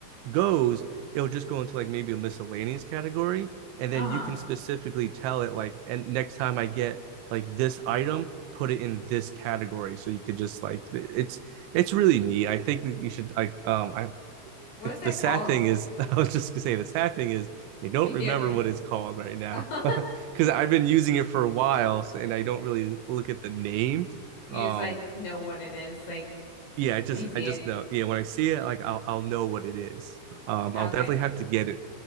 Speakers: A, on the right; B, on the left.
A: goes, it'll just go into like maybe a miscellaneous category. And
B: Uh-huh.
A: then you can specifically tell it like, and next time I get like this item, put it in this category. So you could just like it's it's really neat. I think you should like um I
B: What
A: it's
B: is that
A: the sad
B: called?
A: thing is <laughs> I was just gonna say the sad thing is I don't
B: You can't.
A: remember what it's called right now
B: <laughs>
A: because <laughs> I've been using it for a while so, and I don't really look at the name.
B: You
A: Um,
B: just like know what it is, like
A: yeah, I just
B: when you see
A: I just
B: it.
A: know. Yeah, when I see it, like I'll I'll know what it is. Um,
B: Okay.
A: I'll definitely have to get it